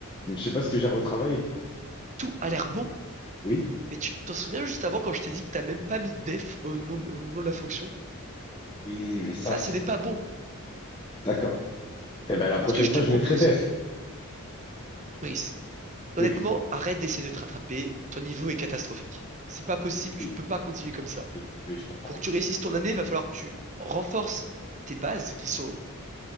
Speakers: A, on the left; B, on the right.
A: Donc, je sais pas ce que j'ai retravaillé.
B: Tout a l'air bon.
A: Oui,
B: Mais tu t'en souviens juste avant quand je t'ai dit que t'as même pas mis def au nom, au nom de la fonction?
A: oui, mais ça,
B: Ça,
A: c'est-
B: ce n'est pas bon.
A: d'accord. Eh ben, la prochaine
B: Ce que je
A: fois,
B: te propose,
A: je mettrai def.
B: Brice, honnêtement,
A: Oui,
B: arrête d'essayer de te rattraper. Ton niveau est catastrophique. C'est pas possible, tu
A: oui,
B: ne peux pas continuer comme ça.
A: oui, oui, je comprends.
B: Pour que tu réussisses ton année, il va falloir que tu renforces tes bases qui sont